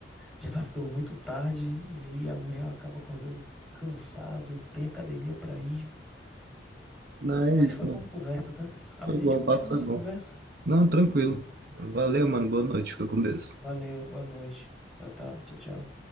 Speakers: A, in the centre; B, on the right.
A: Já tá ficando muito tarde e aí amanhã acaba acordando cansado, tem academia pra ir.
B: Não, é
A: Mas
B: isso,
A: foi
B: mano.
A: boa a conversa, tá? Amanhã
B: Foi bom,
A: a gente
B: o
A: continua
B: papo foi
A: essa
B: bom.
A: conversa.
B: Não, tranquilo. Valeu, mano. Boa noite. Fica com Deus.
A: Valeu, boa noite. Tchau, tchau, tchau, tchau.